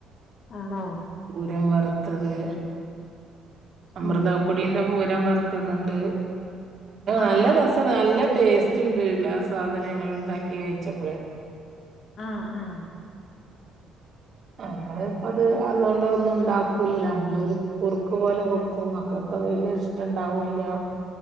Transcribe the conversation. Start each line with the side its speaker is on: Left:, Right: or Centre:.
Left: ആണോ
Right: പൂരം വറത്ത് ത്തത് അമൃതപ്പൊടീന്റെ
Left: ഉം
Right: പൂരം വറ് ത്തത്ണ്ട്
Left: ആഹ്
Right: നല്ല
Left: ആഹ്
Right: രസം നല്ല ടേസ്റ്റ് ഇച്ച് ണ്ട് എല്ല സാധനം ഇനോട്ണ്ടാക്കി കഴിച്ചപ്പളേ
Left: ആഹ് ഹ് ആഹ്
Right: നമ്മള് ഇപ്പം അതുകൊണ്ട് ഒന്നും ഉണ്ടാക്കൂല ല്ലോ നമ്മള് ഒരു കുറുക്ക് പോലെ കൊടുക്കും മക്കൾക്ക് വലിയ ഇഷ്ടം ഇണ്ടാവൂല്യ